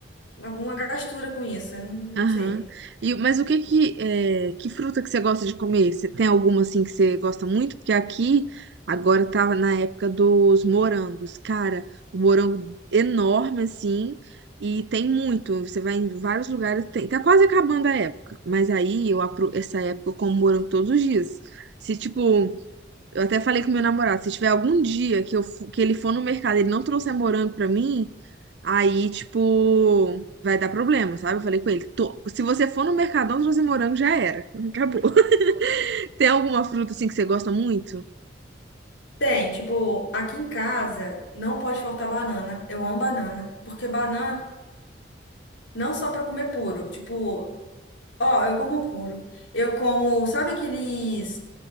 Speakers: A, on the left; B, on the right.
A: alguma gastura com isso, eu não
B: Aham.
A: não sei.
B: E, mas o que que, é, que fruta que você gosta de comer? Você tem alguma assim que você gosta muito? Porque aqui agora tava na época dos morangos. Cara, o morango enorme assim e tem muito. Você vai em vários lugares, tem. Tá quase acabando a época. Mas aí eu apro essa época eu como morango todos os dias. Se tipo, eu até falei com meu namorado, se tiver algum dia que eu fu- que ele for no mercado, e ele não trouxer morango pra mim, Aí, tipo, vai dar problema, sabe? Eu falei com ele, "Tô- se você for no Mercadão trazer morango, já era. <laughs> Acabou. Tem alguma fruta assim que você gosta muito?
A: Tem, tipo, aqui em casa não pode faltar banana. Eu amo banana, porque banana não só para comer puro, tipo, ó, eu como puro. Eu como, sabe aqueles